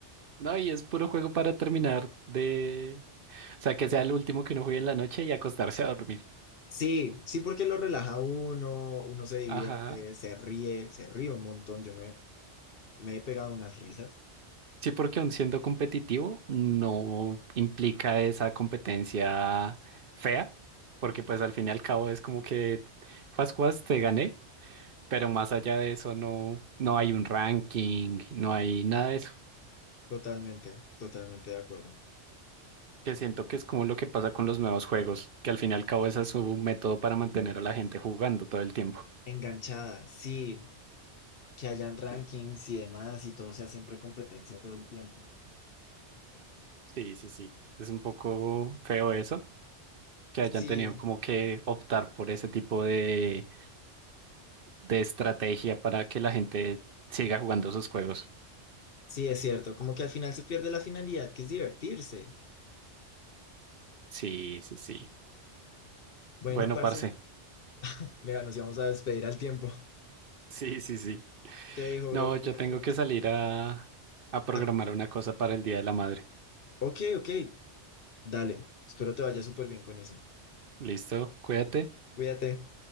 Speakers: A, on the right (about 55°); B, on the left (about 55°).
A: No, y es puro juego para terminar de... O sea, que sea el último que uno juegue en la noche y acostarse a dormir.
B: Sí, sí, porque lo relaja uno, uno se divierte,
A: Ajá.
B: se ríe, se ríe un montón. Yo me, me he pegado unas risas.
A: Sí, porque aun siendo competitivo, no implica esa competencia fea, porque pues al fin y al cabo es como que, juas, juas, te gané. Pero más allá de eso, no, no hay un ranking, no hay nada de eso.
B: Totalmente, totalmente de acuerdo.
A: Que siento que es como lo que pasa con los nuevos juegos, que al fin y al cabo ese es su método para mantener a la gente jugando todo el tiempo.
B: Enganchada, sí, que hayan rankings y demás y todo sea siempre competencia todo el tiempo.
A: Sí, sí, sí. Es un poco feo eso, que
B: Sí,
A: hayan tenido como que optar por ese tipo de, de estrategia para que la gente siga jugando sus juegos.
B: sí, es cierto. Como que al final se pierde la finalidad, que es divertirse.
A: Sí, sí, sí.
B: Bueno,
A: Bueno,
B: parce,
A: parce.
B: mira, nos íbamos a despedir al tiempo. <laughs>
A: Sí, sí, sí.
B: Te dejo,
A: No,
B: bro,
A: yo
B: cuídate
A: tengo
B: mucho.
A: que salir a, a programar
B: Ah,
A: una cosa para el Día de la Madre.
B: ok, ok. Dale, espero te vaya súper bien con eso.
A: Listo, cuídate.
B: Cuídate.